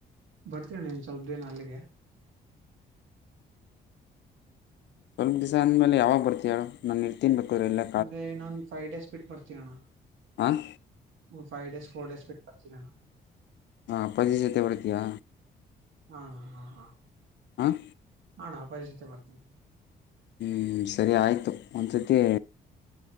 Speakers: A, on the right (about 70°); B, on the left (about 60°).
A: ಬರ್ತಿನ್ ಅಣ್ಣಾ ಇನ್ ಸ್ವಲ್ಪ ದೇನ ಅಲ್ಲಿಗೆ.
B: ಸ್ವಲ್ಪ ದಿವಸ ಅಂದ ಮೇಲೆ ಯಾವಾಗ ಬರ್ತಿಯಾ ಹೇಳು. ನಾನ ಇರ್ತಿನ್ ಬೆಕಾರ್ ಇಲ್ಲೆ.
A: ಮುಂದೆ ನಾನ್ ಫೈವ್ ಡೇಸ್ ಬಿಟ್ಟು ಬರ್ತೀನ್ ಅಣ್ಣಾ.
B: ಹಾ ಹಾಂ
A: ಹು ಫೈವ ಡೇ ಫೋ ಡೇಸ್ ಬಿಟ್ಟ ಬರ್ತೇನಿ ಅಣ್ಣಾ.
B: ಹಾ ಅಪ್ಪಾಜಿ ಜೊತೆ ಬರ್ತೀಯಾ.
A: ಹಾ ಅಣ್ಣಾ ಹಾ ಹಾ
B: ಹಾಂ
A: ಹಾ ಅಣ್ಣಾ ಅಪ್ಪಾಜಿ ಜೊತೆ ಬರ್ತೀನಿ.
B: ಹು ಸರಿ ಆಯ್ತು ಒಂದುಸತಿ.